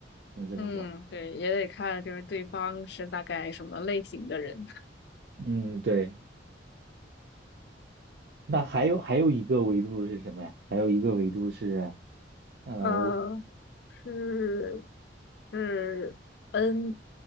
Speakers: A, on the right (about 60°); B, on the left (about 60°).
A: 能这么说。
B: 嗯，对，也得看就是对方是大概什么类型的人。
A: 嗯，对。那还有还有一个维度是什么呀？还有一个维度是呃
B: 呃，是是 N